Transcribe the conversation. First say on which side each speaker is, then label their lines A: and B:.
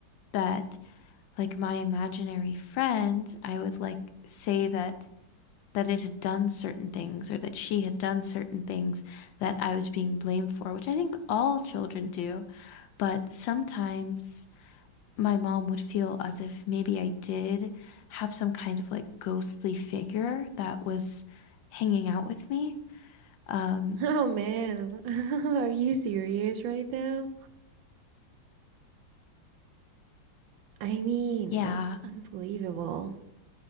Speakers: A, on the left (about 75°); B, on the right (about 80°).
A: that like my imaginary friend, I would like say that that it had done certain things or that she had done certain things that I was being blamed for, which I think all children do. But sometimes my mom would feel as if maybe I did have some kind of like ghostly figure that was hanging out with me. Um,
B: Oh man, <laughs> are you serious right now? I mean,
A: yeah,
B: that's unbelievable.